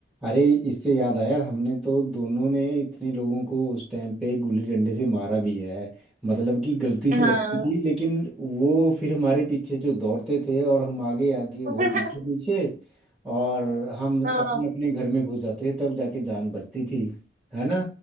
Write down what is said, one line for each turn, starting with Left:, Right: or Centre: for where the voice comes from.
Centre: अरे इससे याद आया हमने तो दोनों ने इतने लोगों को उस टाइम पे गुल्ली डंडे से मारा भी है मतलब कि गलती से
Right: हाँ
Centre: लगती थी लेकिन वो फिर हमारे पीछे जो दौड़ते थे और हम आगे आगे वो
Right: <laughs>
Centre: पीछे पीछे और हम
Right: हाँ
Centre: अपने अपने घर में घुस जाते थे तब जाके जान बचती थी है ना